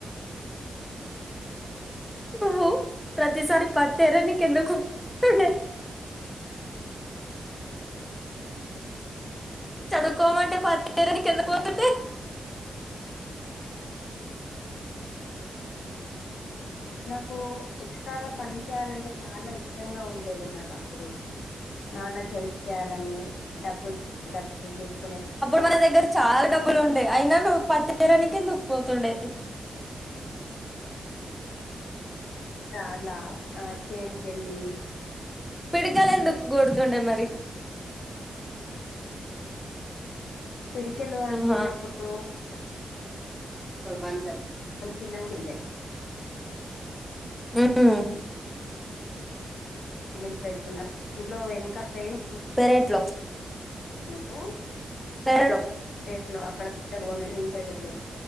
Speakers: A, in the centre; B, on the left.
A: నువ్వు ప్రతిసారి పత్తి ఎరనికి ఎందుకు తుండె చదువుకోమంటే పత్తి ఏరనికి ఎందుకు పోతుండె
B: నాకు ఎక్స్ట్రాగా పని చేయాలంటే చాలా ఇష్టంగా ఉం దు నాకప్పుడు నాన్న హెల్ప్ చేయాలని డబ్బులు డబ్బులు తీసుకు
A: అప్పుడు మన దగ్గర చాలా డబ్బులు ఉండే అయినా నువ్వు పత్రానికి ఎందుకు పోతుండే
B: అట్లా ఆ చేన్కి ఎళ్ళి
A: పిడకలు ఎందుకు గొడుతుండే మరి
B: పిడికెలు అంటే
A: ఆహా
B: అప్పుడు
A: బందాల్
B: కొన్ చిన్నగుండె
A: మ్ మ్
B: <unintelligible> పెడుతున్న ఇంట్లో వెనుక పేన్
A: పెరేట్లో
B: కు
A: <unintelligible>
B: <unintelligible>